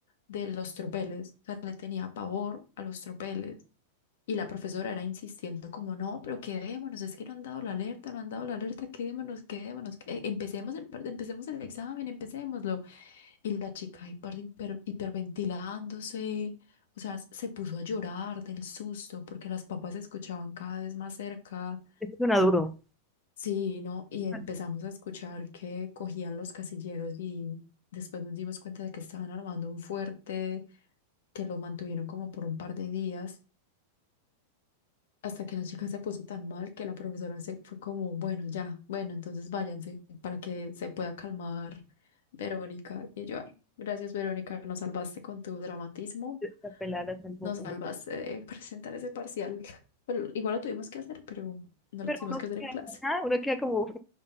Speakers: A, on the left; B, in the centre.
A: de los tropeles. O sea, le tenía pavor a los tropeles. Y la profesora era insistiendo como, no, pero quedémonos, es que no han dado la alerta, no han dado la alerta, quedémonos, quedémonos, que- eh, empecemos el, par- empecemos el examen, empecémoslo. Y la chica hiper- hiper- hiperventilándose, o sea, se puso a llorar del susto porque las papas se escuchaban cada vez más cerca.
B: eso suena duro.
A: Sí, no, y empezamos
B: <laughs>
A: a escuchar que cogían los casilleros y después nos dimos cuenta de que estaban armando un fuerte, que lo mantuvieron como por un par de días, hasta que la chica se puso tan mal que la profesora se fue como, bueno, ya, bueno, entonces váyanse para que se pueda calmar Verónica. Y yo, ay, gracias Verónica, nos salvaste con tu dramatismo,
B: La pelada la salvó.
A: nos salvaste de presentar ese parcial. <laughs> Pero igual lo tuvimos que hacer, pero no lo
B: Pero
A: tuvimos
B: uno
A: que hacer
B: queda,
A: en clase.
B: ah, uno queda como,